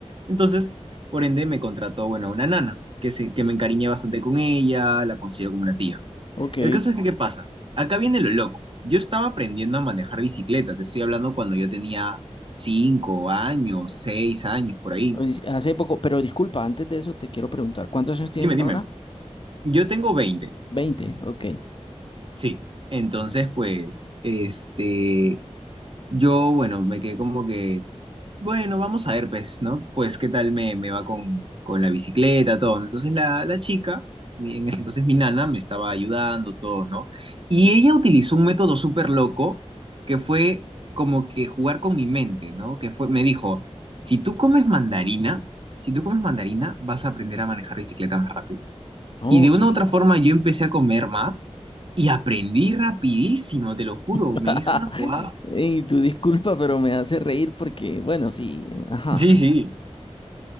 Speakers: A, on the right; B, on the left.
A: Entonces, por ende, me contrató, bueno, a una nana, que, se, que me encariñé bastante con ella, la considero como una tía.
B: ok.
A: El caso es que, ¿qué pasa? Acá viene lo loco. Yo estaba aprendiendo a manejar bicicleta, te estoy hablando cuando yo tenía cinco años, seis años, por ahí.
B: Pues, Hace poco, pero disculpa, antes de eso te quiero preguntar, ¿cuántos años tienes
A: Dime, dime.
B: ahora?
A: Yo tengo 20.
B: 20, ok.
A: sí. Entonces, pues, este, Yo, bueno, me quedé como que, bueno, vamos a ver, pues, ¿no? Pues, ¿qué tal me, me va con, con la bicicleta, todo? ¿no? Entonces, la, la chica, mi- en ese entonces mi nana, me estaba ayudando, todo, ¿no? Y ella utilizó un método súper loco que fue como que jugar con mi mente, ¿no? Que fue, me dijo, si tú comes mandarina, si tú comes mandarina, vas a aprender a manejar bicicleta más rápido.
B: Oh,
A: Y de
B: sí.
A: una u otra forma yo empecé a comer más y aprendí rapidísimo, te lo juro,
B: <laughs>
A: me hizo una jugada.
B: Y tu disculpa, pero me hace reír porque, bueno, sí, ajá.
A: Sí, sí.